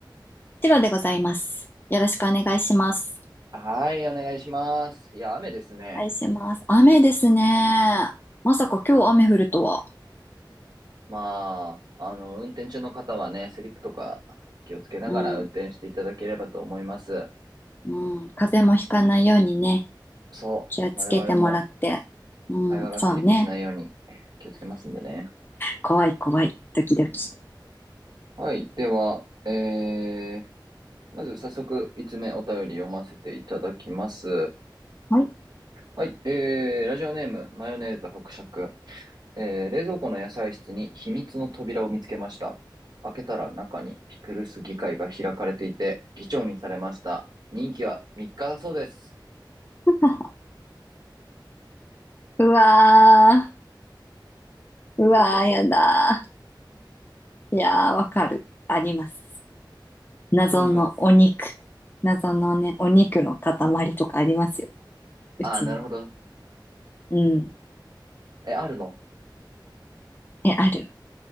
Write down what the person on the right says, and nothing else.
はい、お願いします。いや、雨ですね。
まあ、あの、運転中の方はね、スリップとか気をつけながら運転していただければと思います。
そう、
我々も
会話がスリップしないように気をつけますんでね。
うん、はい、では、えー、まず早速、5つつ目お便り読ませていただきます。
はい、えー、ラジオネーム、マヨネーズ伯爵。えー、冷蔵庫の野菜室に秘密の扉を見つけました。開けたら中にピクルス議会が開かれていて、議長にされました。任期は3日だそうです。
はい、
ご意見どうぞ。
あります。
あー、なるほど。
え、あるの